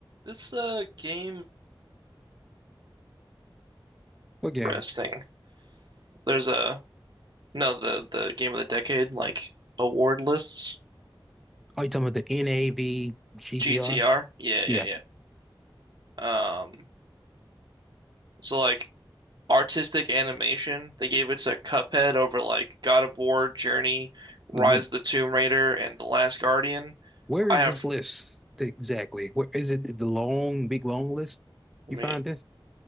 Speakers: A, on the right; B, in the centre.
A: This uh game
B: What game?
A: resting. There's a no the the game of the decade like award lists.
B: Are you talking about the NAV GTR?
A: GTR. Yeah, yeah,
B: Yeah.
A: yeah. Um so like artistic animation, they gave it to Cuphead over like God of War, Journey, Rise
B: The,
A: of the Tomb Raider, and The Last Guardian.
B: where
A: I
B: is
A: have
B: this list exactly? Where is it the long, big long list?
A: I
B: You
A: mean
B: find this?